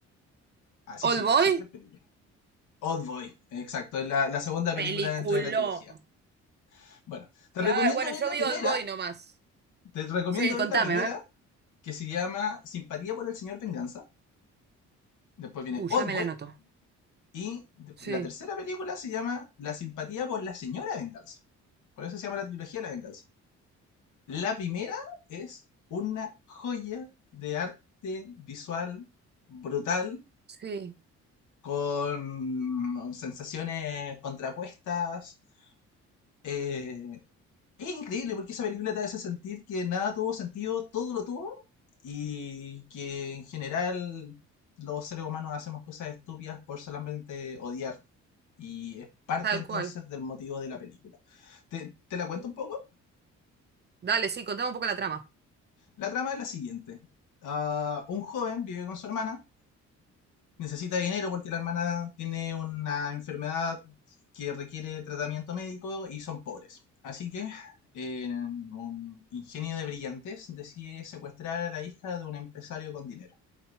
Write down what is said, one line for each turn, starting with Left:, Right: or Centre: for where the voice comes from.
Left: Así
Right: ¿Old
Left: se llama,
Right: Boy?
Left: son tres películas. Old Boy, exacto, es la, la segunda película
Right: Peliculón.
Left: dentro de la trilogía. Bueno, te
Right: Claro,
Left: recomiendo
Right: bueno,
Left: ver
Right: yo
Left: la
Right: vi
Left: primera,
Right: Old Boy nomás.
Left: te recomiendo
Right: Sí, contame,
Left: ver la primera,
Right: a ver.
Left: que se llama Simpatía por el Señor Venganza, después viene
Right: Uh,
Left: Oldboy,
Right: ya me la anoto.
Left: y de-
Right: Sí.
Left: la tercera película se llama La Simpatía por la Señora Venganza. Por eso se llama la trilogía La Venganza. La primera es una joya de arte visual brutal,
Right: Sí,
Left: con sensaciones contrapuestas, eh, Es increíble porque esa película te hace sentir que nada tuvo sentido, todo lo tuvo, y que en general los seres humanos hacemos cosas estúpidas por solamente odiar. Y es parte
Right: tal
Left: entonces
Right: cual.
Left: del motivo de la película. ¿Te, te la cuento un poco?
Right: Dale, sí, contame un poco la trama.
Left: La trama es la siguiente. Ah, un joven vive con su hermana, necesita dinero porque la hermana tiene una enfermedad que requiere tratamiento médico y son pobres. Así que eh, un ingenio de brillantez decide secuestrar a la hija de un empresario con dinero.